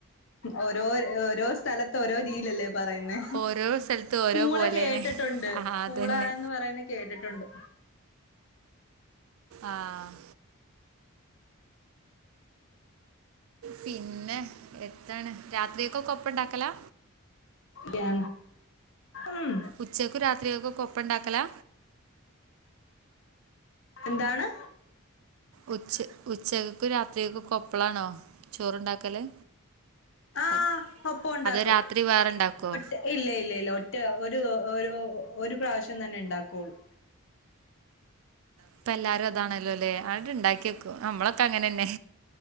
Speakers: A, on the left; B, on the right.
A: ഓരോര് ഓരോ സ്ഥലത്ത് ഓരോ രീയിലല്ലേ പറയുന്നെ
B: ഓരോ സ്ഥലത്ത് ഓരോ
A: പൂള
B: പോലെയാണ്
A: കേട്ടിട്ടുണ്ട്
B: ആ അതന്നെ
A: പൂള എന്ന് പറയുന്ന കേട്ടിട്ടുണ്ട്
B: ആഹ് പിന്ന എന്താണ് രാത്രിയൊക്കെക്കൊപ്പം ണ്ടാക്കലാ.
A: രാ ഉം
B: ഉച്ചക്കു രാത്രികക്കൊക്കെ കൊപ്പണ്ടാക്കലാ.
A: എന്താണ്?
B: ഉച്ച ഉച്ചകക്ക് രാത്രികക്ക് പ്പളാണോ ചോറ്ണ്ടാക്കല്?
A: ആഹ്
B: അത്
A: ഒപ്പം ഉണ്ടാക്കും
B: അതോ രാത്രി വേറെണ്ടാക്കോ?
A: ഒറ്റ ഇല്ല ഇല്ല ഇല്ല ഒറ്റ ഒരു ഒരു ഒരു പ്രാവശ്യം തന്നെ ക്കോണ്ടാള്ളൂ.
B: ഇപ്പല്ലാരും അതാണല്ലോല്ലേ അങ്ങട്ട്ണ്ടാക്കി വെക്കൂ നമ്മളൊക്കെ അങ്ങനന്നെ.